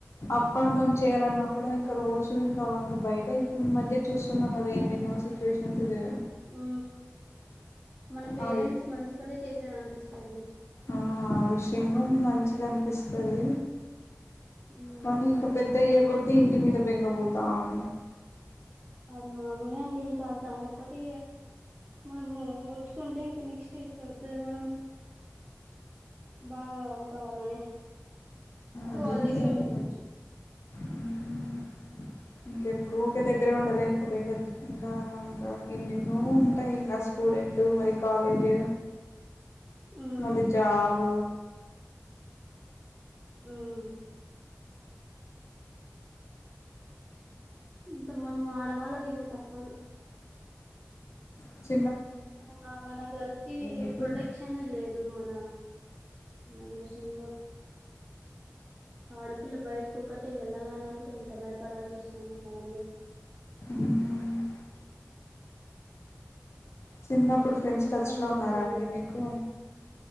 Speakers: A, on the left; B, on the right.
A: అప్ అండ్ డౌన్ చేయాలన్నా కూడా ఇంకా రోజు <unintelligible> బయటే ఈ మధ్య చూస్తున్నాం కదా ఎన్నెన్నో సిచ్యువేషన్స్ ఇ
B: ఉ మన పేరెంట్స్
A: అవి
B: మంచి పనే చేశారు అనిపిస్తుంది చది
A: ఆ ఆ విషయంలో మంచిది అనిపిస్తాది
B: ఉమ్
A: కాని ఇంకా పెద్దయ్యే కొద్ది ఇంటి మీద బెంగబోతాంది
B: అది మామూలే అండి ఇంకా దాన్ని ఒకటి మనము వొరుచుకుంటే ఇంకా నెక్స్ట్ ఫర్దర్ మనం బాగా కావాలని ఇంకా
A: అది
B: వాళ్ళ
A: నిజమే
B: దగ్గరే ఉండిపోవచ్చు
A: ఉం. ఇంకెప్పుడు
B: ఉమ్
A: ఒకేదగ్గరే ఉండాలేము ఒక ఇంకా ఇంకా ఇంకా ఎన్నెన్నో ఉంటాయి ఇంకా స్టూడెంట్ మరి కాలేజ్
B: ఉమ్
A: మళ్ళీ జాబ్
B: మ్మ్ ఉ ఇంకా మనం ఆడవాళ్ళకి ఇంకా తప్పదు
A: ఉచ్
B: మనం మన గర్ల్స్ కి
A: మీకు
B: ప్రొటెక్షన్ లేదు మన మన దేశంలో ఆడపిల్ల బయటకి ఒక్కటే వెళ్ళాలన్నా కూడా ఎంత భయపడాల్సి వస్తుందొ ఈ కాలంలో
A: మ్మ్ చిన్నప్పుడు ఫ్రెండ్స్
B: ఏం చేస్తాం
A: టచ్ లో
B: ఏం
A: ఉన్నారా
B: చేయలేం
A: అండి మీకు